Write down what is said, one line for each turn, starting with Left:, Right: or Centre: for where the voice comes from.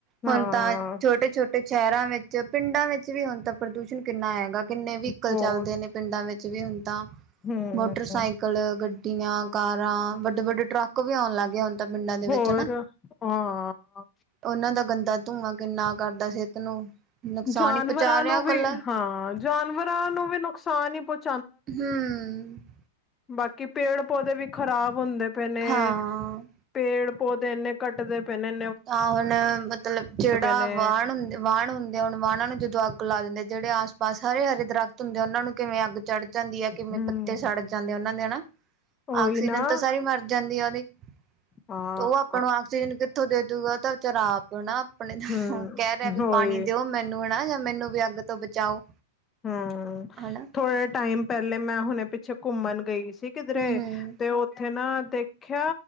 Left: ਹਾਂ
Right: ਹੁਣ ਤਾਂ ਛੋਟੇ-ਛੋਟੇ ਸ਼ਹਿਰਾਂ ਵਿੱਚ, ਪਿੰਡਾਂ ਵਿੱਚ ਵੀ ਹੁਣ ਤਾਂ ਪ੍ਰਦੂਸ਼ਣ ਕਿੰਨਾ ਹੈਗਾ। ਕਿੰਨੇ ਵੀਕਲ
Left: ਬਹੁਤ
Right: ਚੱਲਦੇ ਨੇਂ ਪਿੰਡਾਂ ਵਿੱਚ ਵੀ ਹੁਣ ਤਾਂ
Left: ਹਮ
Right: ਮੋਟਰਸਾਈਕਿਲ ਗੱਡੀਆਂ, ਕਾਰਾਂ, ਵੱਡੇ-ਵੱਡੇ ਟਰੱਕ ਵੀ ਆਉਣ ਲੱਗ ਗਏ ਹੁਨ। ਪਿੰਡਾਂ ਦੇ ਵਿੱਚ
Left: ਹੋਰ
Right: ਹਨਾਂ?
Left: ਹਾਂ
Right: ਉਹਨਾਂ ਦਾ ਗੰਦਾ ਧੂੰਆਂ ਕਿੰਨਾ ਕਰਦਾ, ਸਿਹਤ ਨੂੰ ਨੁਕਸਾਨ
Left: ਜਾਨਵਰਾਂ
Right: ਹੀ ਪਹੁੰਚਾ ਰਿਹਾ
Left: ਨੂੰ ਵੀ,
Right: ਕੱਲਾ
Left: ਹਾਂ ਜਾਨਵਰਾਂ ਨੂੰ ਵੀ ਨੁਕਸਾਨ ਹੀ ਪੁੱਛ
Right: ਹਂ।
Left: ਬਾਕੀ ਪੇੜ ਪੌਦੇ ਵੀ ਖ਼ਰਾਬ ਹੁੰਦੇ ਪਏ ਨੇਂ।
Right: ਹਾਂ।
Left: ਪੇੜ ਪੌਦੇ ਇੰਨੇ ਕੱਟਦੇ ਪਏ ਨੇਂ।
Right: ਤਾਂ ਹੁਣ ਮਤਲਬ ਜਿਹੜਾ
Left: ਨੇ
Right: ਵਾਹਣ, ਹੁੰਦ ਵਾਹਣ ਹੁੰਦ ਹੁਣ ਵਾਹਣਾਂ ਨੂੰ ਜਦੋਂ ਅੱਗ ਲਾ ਦਿੰਦੇ, ਜਿਹੜੇ ਆਸ-ਪਾਸ ਹਰੇ ਹਰੇ ਦਰੱਖ਼ਤ ਹੁੰਦੇ ਉਹਨਾਂ ਨੂੰ ਕਿਵੇਂ ਅੱਗ ਚੜ੍ਹ ਜਾਂਦੀ ਆ ਕਿਵੇਂ
Left: ਹਮ
Right: ਪੱਤੇ ਸੜ ਜਾਂਦੇ ਉਹਨਾਂ ਦੇ ਹਨਾਂ,
Left: ਉਹੀ
Right: ਆਕਸੀਜਨ
Left: ਨਾ
Right: ਤਾਂ ਸਾਰੀ ਮਰ ਜਾਂਦੀ ਆ ਉਹਦੀ,
Left: ਹਾਂ
Right: ਤੇ ਉਹ ਆਪਾਂ ਨੂੰ ਆਕਸੀਜਨ ਕਿੱਥੋਂ ਦੇ ਦੂਗਾ ਤਾਂ ਵਿਚਾਰਾ ਆਪ ਨਾਂ ਆਪਣੇ <unintelligible>
Left: ਹਮ
Right: ਕਹਿ ਰਿਹਾ ਵੀ
Left: ਉਹੀ
Right: ਪਾਣੀ ਦਿਓ, ਮੈਨੂੰ ਹੈਨਾਂ ਜਾਂ ਮੈਨੂੰ ਵੀ ਅੱਗ ਤੋਂ ਬਚਾਓ।
Left: ਹਂ,
Right: ਹਨਾ
Left: ਥੋੜੇ ਟਾਈਮ ਪਹਿਲੇ ਮੈਂ ਹੁਣੇ ਪਿੱਛੇ ਘੁੰਮਣ ਗਈ ਸੀ ਕਿਧਰੇ
Right: ਹੂੰ ਹੂੰ
Left: ਦੇ ਉਹ ਉਥੇ ਨਾਂ ਦੇਖਿਆ